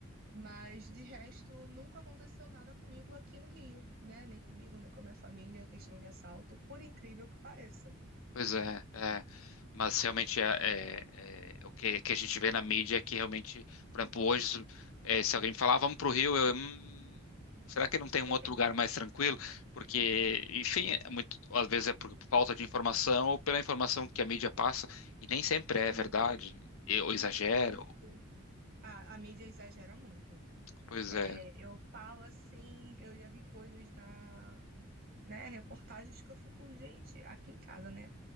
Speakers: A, on the right; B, on the left.
A: Mas de resto, nunca aconteceu nada comigo aqui no Rio, né? Nem comigo, nem com a minha família, questão de assalto, por incrível que pareça.
B: Pois é, é. Mas realmente é, é- é- o que, que a gente vê na mídia é que realmente, por exemplo, hoje, se é, se alguém me falar, "Ah, vamos para o Rio, eu, "Hum, será que não tem um
A: <laughs>
B: outro lugar mais tranquilo? Porque, enfim, é muito, às vezes é por falta de informação ou pela informação que a mídia passa, e nem sempre é
A: Isso,
B: verdade, né? E- Ou exagero.
A: isso. A, a mídia exagera muito.
B: Pois
A: É,
B: é.
A: eu falo assim, eu já vi coisas na, né, reportagens que eu fico, gente, aqui em casa, né?